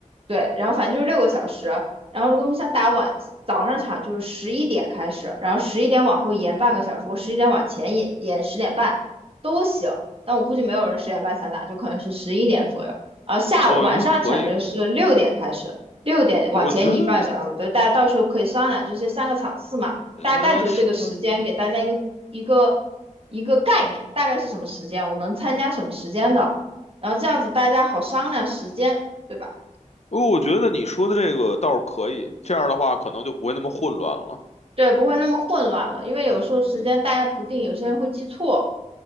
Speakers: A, on the right (about 45°); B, on the left (about 55°).
A: 对，然后反正就是六个小时。然后如果你想打晚早上场，就是十一点开始，然后十一点往后延半个小时，或十一点往前延延十点半都行。但我估计没有人十点半想打，就可能是十一点左右。然后下午晚上场就是六点开始，
B: 我觉得可以，
A: 六点往前移半个小时，
B: 我觉得，
A: 就大家到时候可以商量，就这三个场次嘛，
B: 嗯、
A: 大概就这个时间给大家一个一个一个概念，
B: 是的，
A: 大概是什么时间，我能参加什么时间的，然后这样子大家好商量时间，对吧？
B: 哦，我觉得你说的这个倒是可以，这样的话可能就不会那么混乱了。
A: 对，不会那么混乱了，因为有时候时间大家不定，
B: 嗯，
A: 有些人会记错。